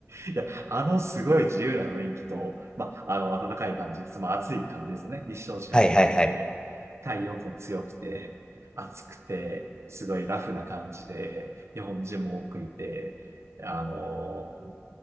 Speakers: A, on the right; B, on the left.
A: い <laughs> いや、あのすごい自由な雰囲気と、まあ、あの暖かい感じ、その暑い感じですよね。日照時間長くて、
B: はいはいはい。
A: 太陽光強くて、暑くて、すごいラフな感じで、日本人も多くいて、あの